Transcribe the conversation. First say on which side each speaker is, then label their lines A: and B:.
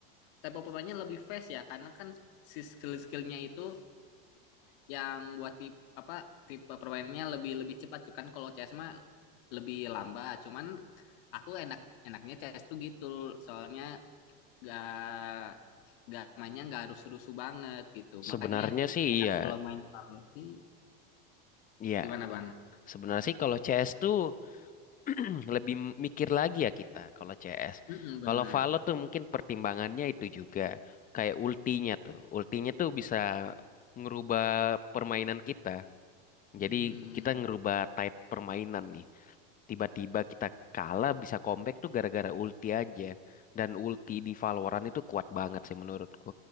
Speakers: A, on the left; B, on the left.
A: type of weaponnya lebih fast ya karena kan si skill-skillnya itu yang buat tipe apa tipe permainannya lebih lebih cepat tuh kan kalau CS mah lebih lambat cuman aku enak enaknya CS tuh gitu soalnya gak gak mainnya gak harus rusuh banget gitu
B: Sebenarnya
A: makanya
B: sih
A: kadang
B: iya.
A: kalau main Valor sih
B: Iya,
A: gimana bang?
B: sebenarnya sih kalau CS tuh Hmm, Lebih mikir lagi ya kita kalau CS.
A: Mm benar.
B: Kalau Valo tuh mungkin pertimbangannya itu juga kayak ultinya tuh. Ultinya tuh bisa ngerubah permainan kita.
A: Hmm.
B: Jadi kita ngerubah type permainan nih. Tiba-tiba kita kalah bisa comeback tuh gara-gara ulti aja. Dan ulti di Valorant itu kuat banget sih menurutku.